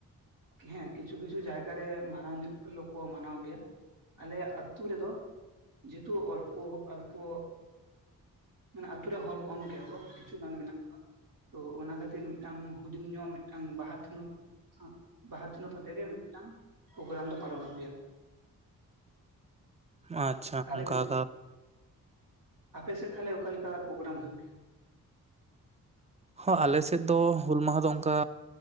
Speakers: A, on the right (about 60°); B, on the right (about 20°).
A: ᱦᱮᱸ ᱠᱤᱪᱷᱩ ᱠᱤᱪᱷᱩ ᱡᱟᱭᱜᱟ ᱨᱮ ᱢᱟᱨᱟᱝ ᱧᱚᱜ ᱞᱚᱠᱚ ᱢᱟᱱᱟᱣ ᱜᱮᱭᱟ᱾ ᱟᱞᱮᱭᱟᱜ ᱟᱹᱛᱩ ᱨᱮᱫᱚ ᱡᱚᱛᱚ ᱚᱞᱯᱚ ᱚᱞᱯᱚ ᱢᱟᱱᱮ ᱟᱛᱩ ᱨᱮ ᱦᱚᱨ ᱠᱚᱢ ᱜᱮᱭᱟ ᱠᱚ ᱠᱤᱪᱷᱩ ᱜᱟᱱ ᱢᱮᱱᱟᱜ ᱠᱚᱣᱟ᱾ ᱛᱚ ᱚᱱᱟ ᱠᱷᱟᱹᱛᱤᱨ ᱢᱤᱫᱴᱟᱝ ᱦᱩᱫᱤᱱ ᱧᱚᱼᱟ ᱢᱤᱜᱴᱟᱝ ᱵᱟᱦᱟ ᱛᱷᱩᱱᱟᱹᱛ ᱥᱟᱸ ᱵᱟᱦᱟ ᱛᱷᱱᱟᱹ ᱯᱚᱛᱮ ᱜᱮ ᱢᱤᱜ ᱴᱟᱝ ᱯᱳᱜᱨᱟᱢ ᱫᱚ ᱯᱟᱞᱚᱱᱚᱜ ᱜᱮᱭᱟ᱾
B: ᱟᱪᱪᱷᱟ
A: ᱛᱟᱦᱚᱞᱮ
B: ᱚᱝᱠᱟ ᱠᱟ
A: ᱟᱯᱮ ᱥᱮᱫ ᱛᱟᱦᱚᱞᱮ ᱚᱠᱟ ᱞᱮᱠᱟ ᱯᱳᱜᱨᱟᱢ ᱦᱩᱭᱩᱜ ᱜᱮᱭᱟ?
B: ᱦᱚ ᱟᱞᱮ ᱥᱮᱡ ᱫᱚ ᱦᱩᱞ ᱢᱟᱦᱟ ᱫᱚ ᱚᱝᱠᱟ